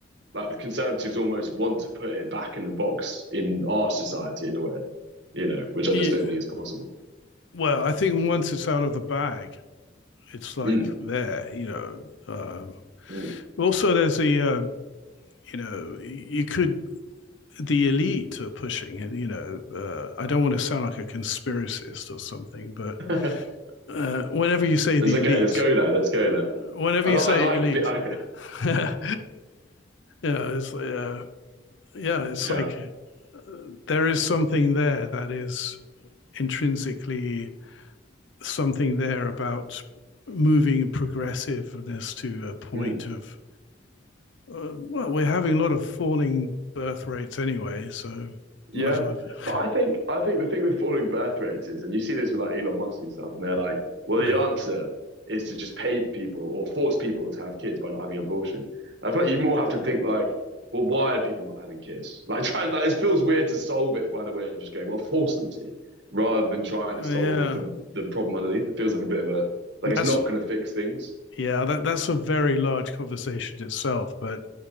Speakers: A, on the right (about 65°); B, on the left (about 75°).
A: like the conservatives almost want to put it back in the box in our society in a way, you know, which I
B: Yeah.
A: just don't think is possible.
B: Well, I think once it's out of the bag, it's like
A: Mm,
B: there, you know. Um,
A: mm.
B: also, there's the, uh, you know, you could, the elite are pushing it, you know. Uh, I don't want to sound like a conspiracist or something, but
A: <laughs>
B: uh, whenever you say
A: It's
B: the
A: okay.
B: elite,
A: Let's go there. Let's go there.
B: whenever
A: I
B: you
A: like,
B: say
A: I like,
B: elite,
A: bi-
B: <laughs> yeah, it's, uh, yeah, it's
A: <laughs> yeah.
B: like uh, there is something there that is intrinsically something there about moving progressiveness to a point
A: mm.
B: of uh, well, we're having a lot of falling birth rates anyway, so
A: Yeah.
B: might as well. <laughs>
A: But I think I think the thing with falling birth rates is, and you see this with like Elon Musk and stuff, and they're like, well,
B: Yeah.
A: the answer is to just pay people or force people to have kids by not having an abortion. I thought you more have to think like, well, why are people not having kids? <laughs> Like trying like it feels weird to solve it by the way of just going, well, force them to, rather than trying
B: Yeah,
A: to solve the the problem underneath. It feels like a bit of a like
B: that's
A: it's not gonna fix things.
B: yeah, that that's a very large conversation itself. But